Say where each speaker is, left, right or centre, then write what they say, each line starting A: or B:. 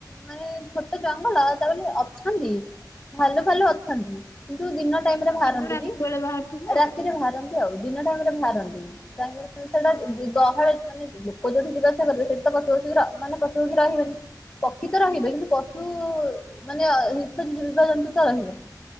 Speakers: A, on the left; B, on the left.
A: ମାନେ ଛୋଟ ଜଙ୍ଗଲ ତା ବୋଲି ଅଛନ୍ତି ଭାଲୁ ଫାଲୁ ଅଛନ୍ତି କିନ୍ତୁ ଦିନ ଟାଇମରେ
B: ହଁ
A: ବାହାରନ୍ତିନି
B: କିନ୍ତୁ ରାତି ବେଳେ ବାହାରୁଥିବେ ଆଉ।
A: ରାତିରେ ବାହାର ନ୍ତି ଆଉ ଦିନ ଟାଇମ୍ ରେ ବାହାରନ୍ତିନି କାହିଁକିନା ସେଟା
B: ହଁ।
A: ଗହଳ ମାନେ ଲୋକ ଯୋଉଠି <unintelligible> ସେଠି ତ ପଶୁ ପଶୁ ର ମାନେ ପଶୁପକ୍ଷୀ ରହେବେନି। ପକ୍ଷୀ ତ ରହିବେ କିନ୍ତୁ ପଶୁ ମାନେ <unintelligible> ଜୀବଜନ୍ତୁ ତ ରହିବେନି।